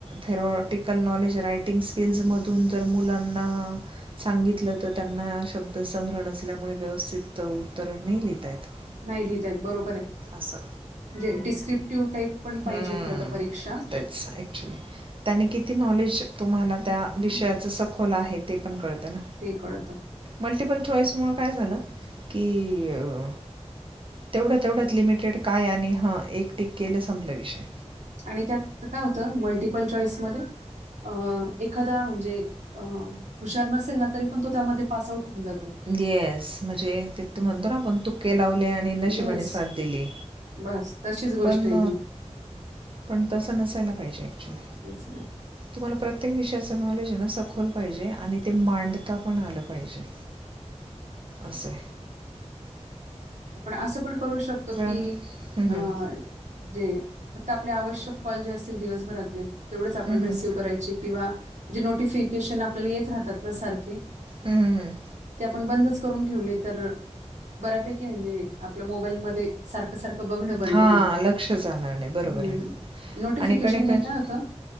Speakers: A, on the right (about 45°); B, on the right (about 85°).
A: थेरॉटिकल नॉलेज रायटिंग स्किल्समधून-
B: हं, हं.
A: जर मुलांना सांगितलं. तर त्यांना शब्द संग्रह नसल्यामुळे व्यवस्थित- त उत्तरं नाही लिहीता येत.
B: नाही लिहिता येत. बरोबर ए.
A: असं
B: म्हजे डिस्क्रिप्टिव टाईप- पण पाहिजे
A: हम्म,
B: खरं तर परीक्षा-
A: तेच आहे. त्याने किती नॉलेज तुम्हाला त्या
B: हं,
A: विषयाच सखोल आहे. ते पण कळतं ना?
B: ते कळत.
A: मल्टिपल चॉईसमुळं काय झालं? की- तेवढं तेवढ्यात लिमिटेड काय? आणि हं. एक टीक केलं संपला विषय.
B: आणि त्यात काय होतं? मल्टिपल चॉईसमध्ये अ- एखादा म्हणजे- अं. हुशार नसेल ना? तरी पण तो त्यामध्ये पास आउट होऊन जातो.
A: येस. म्हणजे ते म्हणतो ना आपण? तुक्के लावले आणि नशिबाने
B: येस
A: साथ दिली.
B: बस. तशीच गोष्ट
A: पण
B: आहे ही.
A: पण तसं नसायला पाहिजे ऍक्च्युली.
B: तेच ना.
A: तुम्हाला प्रत्येक विषयाच नॉलेज आहे ना सखोल पाहिजे आणि ते मांडता पण आलं पाहिजे.
B: तेच.
A: अस ये.
B: आपण असं पण करू शकतो की,
A: हं, हं.
B: अ जे, फक्त आपले आवश्यक कॉल जे असतील दिवस भरातले. तेवढेच आपण
A: हं, हं.
B: रिसिव्ह करायचे किंवा, जे नोटिफिकेशन आपल्याला येत राहतात ना सारखे.
A: हम् हम.
B: ते आपण बंदच करून ठेवले तर, बऱ्यापैकी म्हणजे आपलं मोबाईलमध्ये सारखं सारखं बघणं बंद
A: हां
B: होईल,
A: लक्ष जाणार नाही बरोबर
B: हम्म.
A: आहे ना
B: नोटिफिकेशन
A: आणि कणिक
B: ने काय होत,